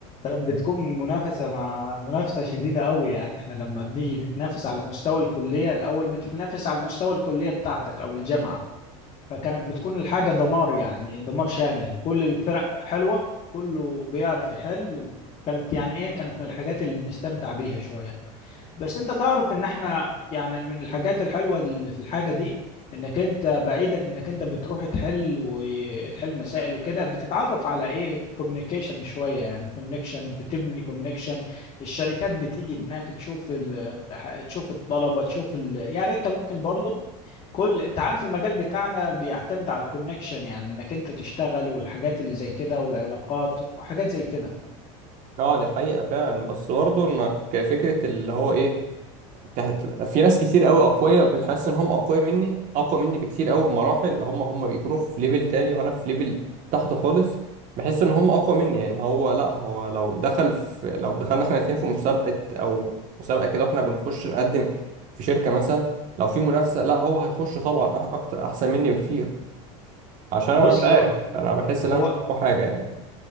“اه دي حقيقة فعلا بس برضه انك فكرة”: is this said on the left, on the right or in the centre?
Right